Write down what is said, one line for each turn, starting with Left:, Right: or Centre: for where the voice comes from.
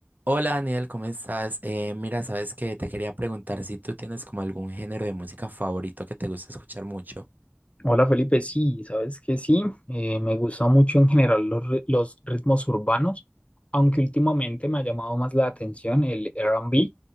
Right: Hola Daniel, ¿cómo estás? Eh, mira, sabes que te quería preguntar si tú tienes como algún género de música favorito que te gusta escuchar mucho.
Left: Hola Felipe, sí, sabes que sí, eh, me gustan mucho en general los, ri- los ritmos urbanos, aunque últimamente me ha llamado más la atención el R&B,